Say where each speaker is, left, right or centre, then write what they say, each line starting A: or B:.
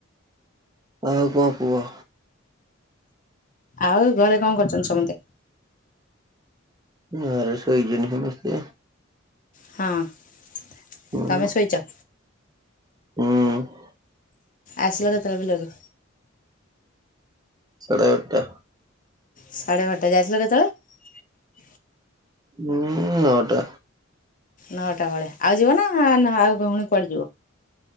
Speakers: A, on the right (about 20°); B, on the left (about 40°).
A: ଆଉ କଣ କୁହ?
B: ଆଉ, ଘରେ କଣ କରୁଛନ୍ତି ସମସ୍ତେ?
A: ଆରେ ଶୋଇଯନି ସମସ୍ତେ?
B: ହଁ ।
A: ହୁଁ
B: ତମେ ଶୋଇଚ?
A: ହୁଁ ।
B: ଆସିଲ କେତେଳେ ବିଲରୁ?
A: ସାଢ଼େ ଏଗାଟା
B: ସାଢ଼େ ବାରଟା ଯାଇଥିଲ କେତେବେଳେ?
A: ହୁଁ, ନଅଟା ।
B: ନଅଟା ବେଳେ, ଆଉ ଯିବ ନା ନା, ଆଉ ଭଉଣୀ କୁଆଡେ ଯିବ?